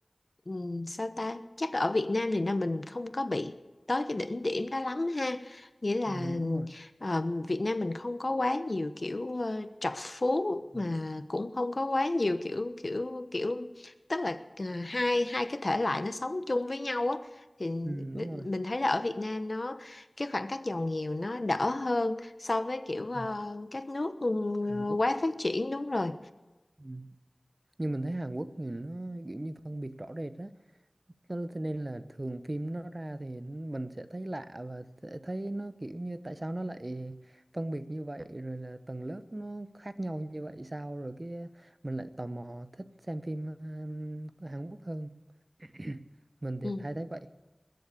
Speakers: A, on the left; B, on the right.
A: ừm, sao ta chắc ở Việt Nam thì là mình không có bị tới cái đỉnh điểm đó lắm ha nghĩa là
B: ừ, đúng rồi
A: ờ, Việt Nam mình không có quá nhiều kiểu ờ, trọc phú
B: ừ,
A: mà cũng không có quá nhiều kiểu kiểu kiểu tức là ờ, hai hai cái thể loại nó sống chung với nhau á thì
B: ừ, đúng rồi
A: mình thấy là ở Việt Nam nó cái khoảng cách giàu nghèo nó đỡ hơn so với kiểu ờ,
B: ừ,
A: các nước ừ,
B: Hàn Quốc
A: quá phát triển đúng rồi
B: ừ. nhưng mình thấy Hàn Quốc thì nó kiểu như phân biệt rõ rệt á Cho nên thế nên là thường phim nó ra thì mình sẽ thấy lạ và sẽ thấy nó kiểu như tại sao nó lại phân biệt như vậy rồi là tầng lớp nó khác nhau như vậy sao rồi cái mình lại tò mò thích xem phim um, của Hàn Quốc hơn <clears throat> <coughs> mình thì
A: ừ.
B: hay thấy vậy